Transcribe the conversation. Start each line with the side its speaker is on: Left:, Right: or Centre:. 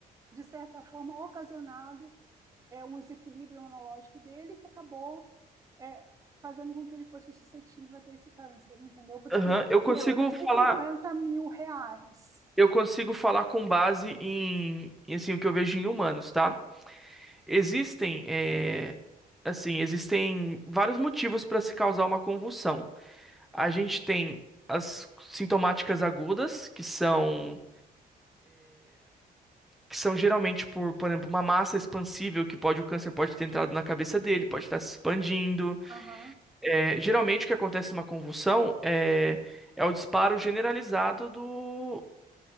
Right: de certa forma, ocasionado é, um desequilíbrio imunológico dele que acabou é, fazendo com que ele fosse suscetível a ter esse câncer, entendeu? Porque,
Centre: aham. Eu consigo
Right: meu, eu gastei
Centre: falar,
Right: cinquenta mil reais.
Centre: eu consigo falar com base em, em, assim, o que eu vejo em humanos, tá? Existem, é, assim, existem vários motivos para se causar uma convulsão. A gente tem as sintomáticas agudas, que são que são geralmente por, por exemplo, uma massa expansível que pode o câncer pode ter entrado na cabeça dele, pode estar se expandindo.
Right: Aham.
Centre: É, geralmente o que acontece numa convulsão é é o disparo generalizado do